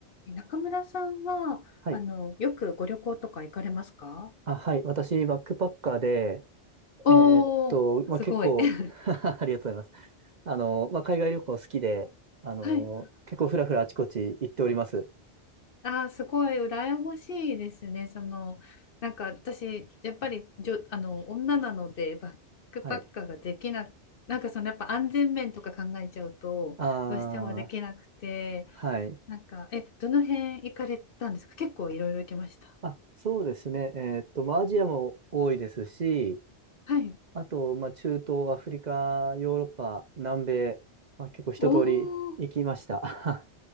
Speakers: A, on the left; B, on the right.
A: え中村さんは、
B: はい。
A: あの、よくご旅行とか行かれますか
B: あ、はい。私、バックパッカーで、
A: おお、
B: えーっと、まあ、
A: すごい。
B: 結構
A: <laughs>
B: <laughs> ありがとうございます。あの、まあ、海外旅行好きで、あの、
A: はい。
B: 結構ふらふらあちこち行っております。
A: あー、すごい羨ましいですね。その、なんか私、やっぱりじょ、あの、女なので、バックパッカーができな、
B: はい。
A: なんかその、やっぱ安全面とか考えちゃうと、
B: あー、
A: どうしてもできなくて、
B: はい。
A: なんか、え、どの辺行かれたんですか結構いろいろ行きました。
B: あ、そうですね。えーっと、まあ、アジアも多いですし、
A: はい。
B: あと、まあ、中東、アフリカ、ヨーロッパ、南米、まあ、結構一通り行きました。
A: おお